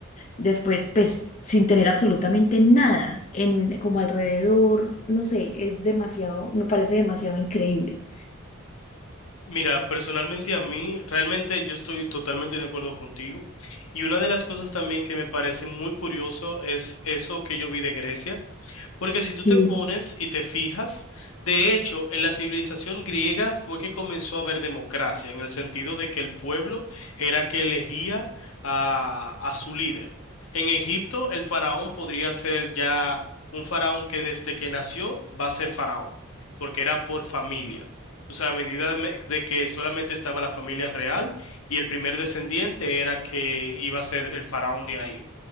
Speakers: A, on the left (about 35°); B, on the left (about 75°).
A: después, pues sin tener absolutamente nada en como alrededor, no sé, es demasiado, me parece demasiado increíble.
B: Mira, personalmente a mí, realmente yo estoy totalmente de acuerdo contigo. Y una de las cosas también que me parece muy curioso es eso que yo vi de Grecia. Porque si tú
A: Sí.
B: te pones y te fijas, de hecho, en la civilización griega fue que comenzó a haber democracia, en el sentido de que el pueblo era que elegía a, a su líder. En Egipto, el faraón podría ser ya un faraón que desde que nació va a ser faraón, porque era por familia. O sea, a medida de me- de que solamente estaba la familia real y el primer descendiente era que iba a ser el faraón de ahí.